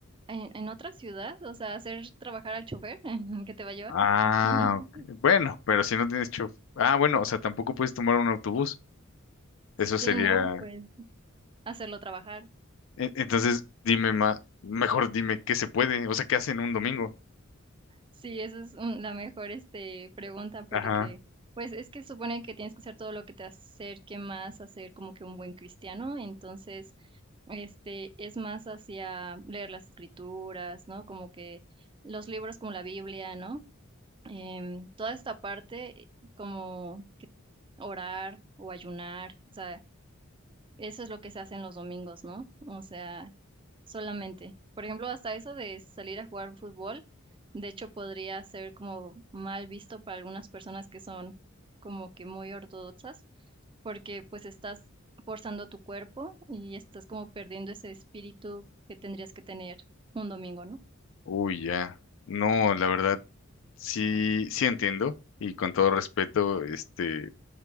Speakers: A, on the right (about 25°); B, on the left (about 65°).
A: en, en otra ciudad, o sea, hacer trabajar al chofer <laughs> que te va a llevar.
B: Ah,
A: <laughs>
B: ok. Bueno, pero si no tienes chofer. Ah, bueno, o sea, tampoco puedes tomar un autobús.
A: Sí,
B: Eso sería.
A: ¿no? Pues hacerlo trabajar.
B: e- Entonces, dime más, mejor dime qué se puede, o sea, qué hacen un domingo.
A: Sí, esa es un- la mejor este, pregunta porque
B: Ajá.
A: pues es que supone que tienes que hacer todo lo que te acerque más a ser como que un buen cristiano, entonces Este, es más hacia leer las escrituras, ¿no? Como que los libros como la Biblia, ¿no? Em, toda esta parte eh, como que orar o ayunar, o sea, eso es lo que se hace en los domingos, ¿no? O sea, solamente. Por ejemplo, hasta eso de salir a jugar fútbol, de hecho podría ser como mal visto para algunas personas que son como que muy ortodoxas porque pues estás forzando tu cuerpo y estás como perdiendo ese espíritu que tendrías que tener un domingo, ¿no?
B: Uy, ya. No, la verdad, sí, sí entiendo. Y con todo respeto, este,